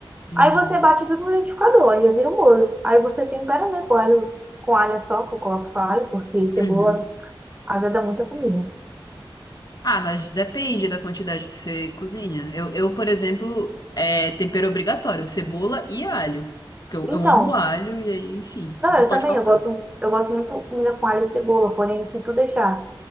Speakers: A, on the left; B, on the right.
A: Entendi.
B: Aí você bate tudo no liquidificador, aí já vira um molho. Aí você tempera, né, com alho, com alho só, que eu coloco só alho, porque cebola
A: Uhum.
B: azeda muita comida.
A: Ah, mas depende da quantidade que você cozinha. Eu, eu, por exemplo, é tempero obrigatório, cebola e alho. Porque eu,
B: Então,
A: eu amo alho e aí, enfim,
B: não,
A: não
B: eu
A: pode
B: também,
A: faltar.
B: eu gosto, eu gosto muito de comida com alho e cebola, porém, se tu deixar.